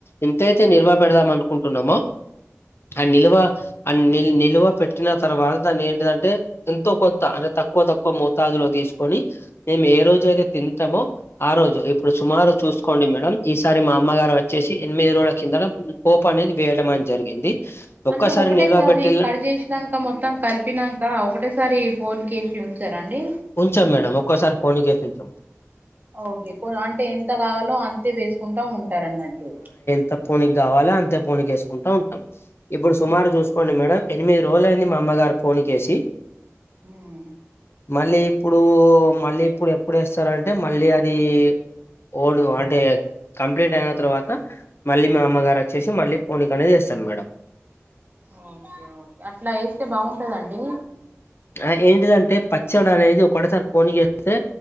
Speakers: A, on the left (about 55°); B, on the right (about 40°).
A: ఎంతైతే నిల్వ పెడదాం అనుకు కుంటున్నామో ఆ నిల్వ అ నిల్ నిల్వ పెట్టిన తర్వాత దాన్ని ఏంటిదంటే ఎంతో కొంత అంటే తక్కువ తక్కువ మోతాదులో తీసుకొని మేము ఏ రోజు అయితే తింటమో ఆ రోజు ఇప్పుడు సుమారు చూసుకోండి మేడం ఈసారి మా అమ్మగారు వచ్చేసి ఎనిమిది రోజుల కిందట పోప్ అనేది వేయడం అని జరిగింది ఒక్కసారి
B: అంటే ఒకటేసారి
A: నిల్వ పెట్టిల్లా
B: కట్ చేసినాక మొత్తం కలిపినా దా ఒకటేసారి పొనికేసి ఉంచార అండి
A: ఉంచాం మేడం ఒక్కోసారి పోనీకేసి ఉంచాం
B: ఓకే అంటే ఎంత కావాలో అంతే వేసుకుంటా ఉంటారన్నట్టు
A: త పోనీక్ కావాలె అంతే పోనికి వేసుకుంటా ఉంటాం ఇప్పుడు సుమారు
B: ఆహా
A: చూసుకోండి మేడం ఎనిమిది రోజులైంది మా అమ్మగారు పొనిక్కేసి
B: ఆహ్
A: మళ్ళీ ఇప్పుడు మళ్ళీ ఇప్పుడు ఎప్పుడు ఏస్తారంటే మళ్ళీ అది ఓల్డ్ అంటే కంప్లీట్ అయిన తర్వాత మళ్ళీ మా అమ్మగారు వచ్చేసి మళ్ళీ పోనీకనేది ఏస్తారు మేడం
B: ఓకే ఒకే అట్లా ఏస్తే బాగుంటాదా అండి
A: ఆ ఏంటిదంటే పచ్చడి అనేది ఒకటెసారి పోనికేస్తే